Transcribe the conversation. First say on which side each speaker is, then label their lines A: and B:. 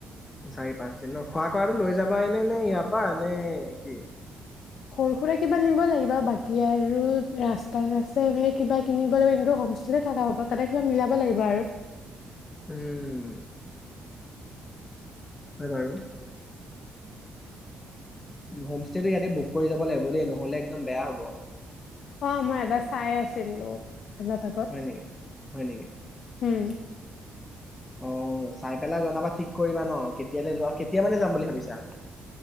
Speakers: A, on the left (about 25°); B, on the left (about 70°).
A: চাৰি পাঁচ দিন ন খোৱা কৰাটো লৈ যাবাইনে নে ইয়াৰ পৰা নে কি
B: সৰু সুৰা কিবা নিব লাগিব বাকী আৰু ৰাস্তাই ৰাস্তাই এনেকে কিবা কিনিব লাগিব হোমষ্টেতে থকা হব তাতে কিবা মিলাব লাগিব আৰু
A: উম হয় বাৰু হোম ষ্টেটো ইয়াতে বুক কৰি যাব লাগিব দেই নহ'লে একদম বেয়া হ'ব
B: অ মই এটা চাই আছিলো ওলাই থাকক
A: হয় নেকি? হয় নেকি?
B: উম
A: অ চাই পেলাই জনাবা ঠিক কৰিবা ন কেতিয়ালৈ যোৱা কেতিয়া মানে যাম বুলি ভাবিছা